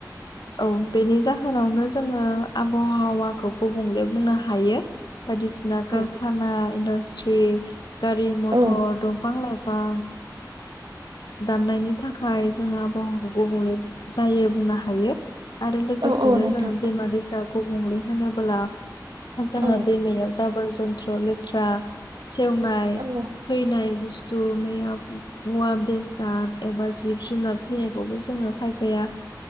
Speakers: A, on the left; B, on the right.
A: औ बेनि जाहोनावनो जोङो आबहावाखौ गुबुंले बुंनो हायो बायदिसिना कारखाना
B: औ
A: इन्डासट्रि गारि मथर
B: औ
A: दंफां लाइफां दाननायनि थाखाय जोङो आबहावाखौ गुबुंले जायो बुंनो हायो आरो लोगोसेनो
B: औ औ नोंथां
A: जोङो दैमा दैसा गुबुंले होनोबोला जोङो
B: औ
A: दैमायाव जाबोर जन्थ्र लेथ्रा सेवनाय
B: औ
A: थैनाय बुस्थु बेयाव मुवा बेसाद एबा जिब जुनार थैनायखौबो जोङो खायफाया